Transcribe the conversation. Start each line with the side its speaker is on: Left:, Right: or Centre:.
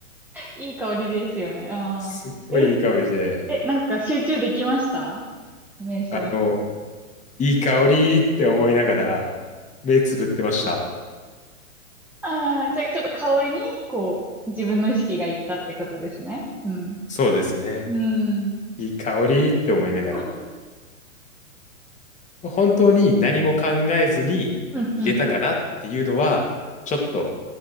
Centre: い、いい香りですよね。うん。
Left: すっごいいい香りで、
Centre: え、え、なんか集中できました瞑想
Left: あの、いい香りって思いながら、目つぶってました。
Centre: あじゃあ、ちょっと香りに、こう、自分の意識がいったってことですね。うん。
Left: そうですね。
Centre: うん。
Left: いい香りって思いながら。
Centre: あ
Left: 本当に何も考えずに入れたかなっていうのは、
Centre: うんうん。
Left: ちょっと、